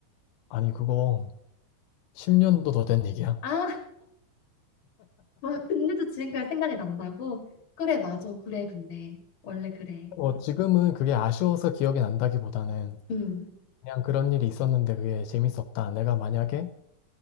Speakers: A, on the left; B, on the left.
A: 아니 그거 10년도 더 된 얘기야.
B: 아, 와, 근데도 지금까지 생각이 난다고? 그래, 맞아, 그래, 근데. 원래 그래.
A: 뭐 지금은 그게 아쉬워서 기억이 난다기보다는
B: 음,
A: 그냥 그런 일이 있었는데 그게 재밌었다. 내가 만약에